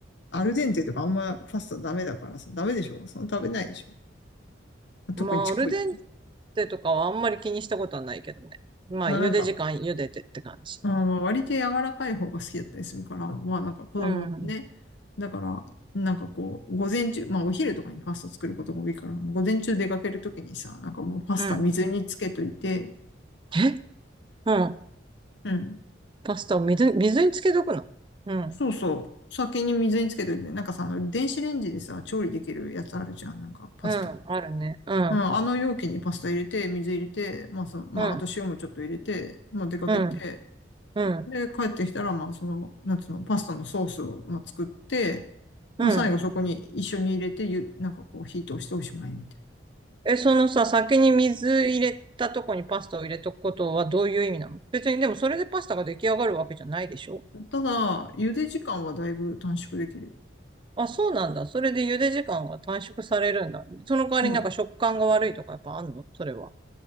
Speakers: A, on the left; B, on the right.
A: アルデンテとかあんまパスタダメだからさ、ダメでしょその食べないでしょ特にちっこい。
B: んまあ、アルデンテとかはあんまり気にしたことはないけどね。まあ、
A: まあなんか、
B: 茹で時間茹でてって感じ。
A: まあーまあ割と柔らかい方が好きだったりするから、まあなんか子供ね。
B: うん。
A: だから、なんかこう、午前中、まあお昼とかにパスタ作ることが多いから、午前中出かけるときにさ、なんかもうパスタ水につけといて、
B: うん。えうん。
A: うん。
B: パスタを水、水につけとくのうん。
A: そうそう。先に水につけといて、なんかさ、あの電子レンジでさ、調理できるやつあるじゃん、なんかパスタ。
B: うん。あるね。うん。
A: うん、あの容器にパスタ入れて、水入れて、まあその、まああと塩もちょっと入れて、
B: うん。
A: まあ出かけて、
B: うん。うん。
A: で、帰ってきたら、まあ、その、なんつうの、パスタのソースを、まあ、作って、
B: うん。
A: まあ、最後そこに一緒に入れて、ゆ、なんかこう、火通しておしまいみたい
B: え、そのさ、先に水入れたとこにパスタを入れとくことはどういう意味なの別にでもそれでパスタが出来上がるわけじゃないでしょ
A: な。ただ、茹で時間はだいぶ短縮できるよ。
B: あ、そうなんだ。それで茹で時間が短縮されるんだ。その代わりなんか食感が悪いとかやっぱあんのそれは。
A: うん。